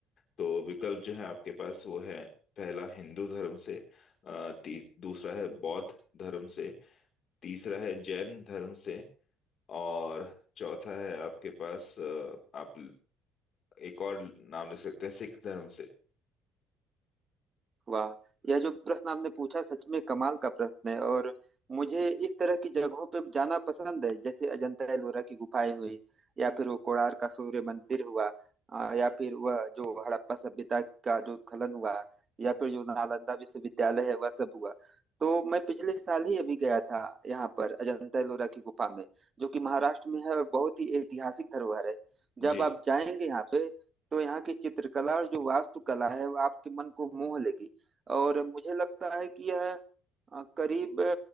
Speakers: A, on the left; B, on the right.
A: तो विकल्प जो है आपके पास वो है पहला हिंदू धर्म से अ, ती, दूसरा है बौद्ध धर्म से तीसरा है जैन धर्म से और चौथा है आपके पास अ, आप एक और नाम लिख सकते हैं सिख धर्म से
B: वाह यह जो प्रश्न आपने पूछा सच में कमाल का प्रश्न है और मुझे इस तरह की जगहों पे जाना पसंद है जैसे अजंता एलोरा की गुफाएं हुई या फिर वो कोणार्क का सूर्य मंदिर हुआ आ, या फिर वह जो हड़प्पा सभ्यता का जो उत्खनन हुआ या फिर जो नालंदा विश्वविद्यालय है वह सब हुआ तो मैं पिछले साल ही अभी गया था यहाँ पर अजंता एलोरा की गुफा में जो कि महाराष्ट्र में है और बहुत ही ऐतिहासिक धरोहर है जब
A: जी
B: आप जाएंगे यहाँ पे तो यहाँ की चित्रकला और जो वास्तुकला है वो आपके मन को मोह लेगी और मुझे लगता है कि यह अ, करीब